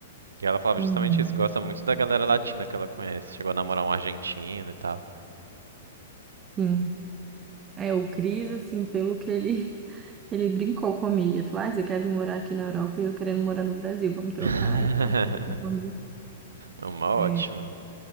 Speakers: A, on the right; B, on the right.
A: E ela falava
B: Uhum.
A: justamente isso, gosta muito da galera latina que ela conhece. Chegou a namorar um argentino e tal.
B: Sim. É, o Cris, assim, pelo que ele, <laughs> ele brincou comigo. Ele falou, ah, você quer vir morar aqui na Europa e eu querendo morar no Brasil. Vamos trocar
A: <laughs>
B: e tal. Eu falei assim, "Vamos."
A: Uma ótima.
B: É,